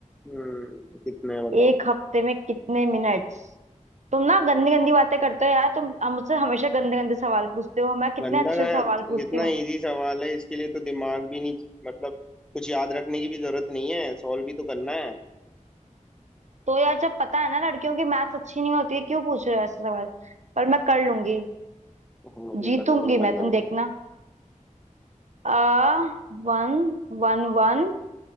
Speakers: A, in the centre; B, on the right.
A: हम्म कितने हैं बताओ
B: एक हफ्ते में कितने मिनट्स तुम ना गंदी गंदी बातें करते हो यार तुम अ, मुझसे हमेशा गंदे गंदे सवाल पूछते हो मैं कितने
A: बंदा
B: अच्छे
A: कहाँ
B: सवाल
A: है?
B: पूछती
A: कितना
B: हूँ
A: इजी सवाल है इसके लिए तो दिमाग भी नहीं मतलब कुछ याद रखने की भी जरूरत नहीं है सॉल्व भी तो करना है
B: तो यार जब पता है ना लड़कियों की मैथ्स अच्छी नहीं होती है क्यों पूछ रहे हो ऐसे सवाल पर मैं कर लूंगी
A: हाँ, मुझे
B: जीतूंगी
A: पता तुम कर
B: मैं
A: लोगे
B: तुम देखना आ वन वन वन